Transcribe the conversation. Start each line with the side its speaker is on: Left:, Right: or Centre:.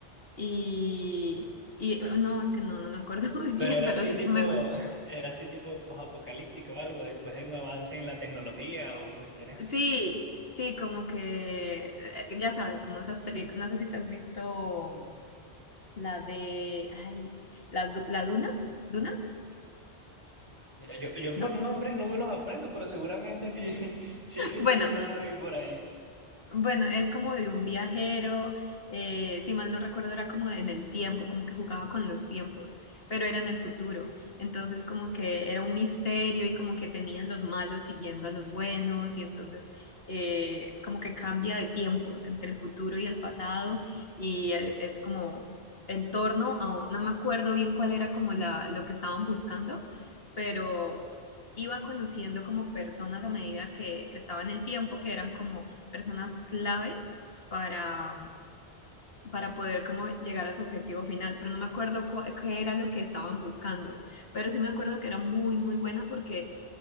Left: y, y eh, no, es que no, no me acuerdo <laughs> muy bien,
Right: Pero era
Left: pero
Right: así
Left: sé
Right: tipo,
Left: que me...
Right: <laughs> era así tipo posapocalíptico o algo, después de un avance en la tecnología o cuestiones
Left: Sí,
Right: así.
Left: sí, como que, eh, ya sabes, como esas películas, no sé si te has visto la de, ay, la, Du- la Duna, ¿Duna?
Right: Mira, yo, yo
Left: ¿No?
Right: por nombres no me los aprendo, pero seguramente sí, <laughs> sí,
Left: Bueno,
Right: sí la vi por ahí.
Left: bueno, es como de un viajero, eh, si mal no recuerdo era como en el tiempo, como que jugaba con los tiempos, pero era en el futuro. Entonces como que era un misterio y como que tenían los malos siguiendo a los buenos y entonces eh, como que cambia de tiempos entre el futuro y el pasado y e- es como en torno a, un- no me acuerdo bien cuál era como la, lo que estaban buscando, pero iba conociendo como personas a medida que, que estaba en el tiempo que eran como personas clave para, para poder como llegar a su objetivo final, pero no me acuerdo cu- qué era lo que estaban buscando, pero sí me acuerdo que era muy, muy buena porque